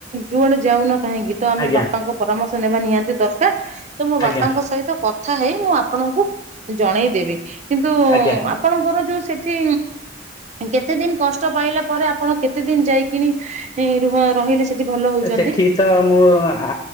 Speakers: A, on the right; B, on the left.
A: ଯୁଆଡେ ଯାଉନା କାହିଁକି ତ ଆମେ
B: ଆଜ୍ଞା
A: ବାପାଙ୍କୁ ପରାମର୍ଶ ନେବା ନିହାତି ଦରକାର ତ ମୋ
B: ଆଜ୍ଞା
A: ବାପାଙ୍କ ସହିତ କଥା ହେଇ ମୁଁ ଆପଣଙ୍କୁ ଜଣେଇଦେବି କିନ୍ତୁ
B: ଆଜ୍ଞା।
A: ଆପଣଙ୍କର ଯୋଉ ସେଠି କେତେ ଦିନ କଷ୍ଟ ପାଇଲା ପରେ ଆପଣ କେତେ ଦିନ ଯାଇକିନି ରହିଲେ ସେଠି ଭଲ ହଉଛନ୍ତି?
B: ସେଠି ତ ମୁଁ ଆ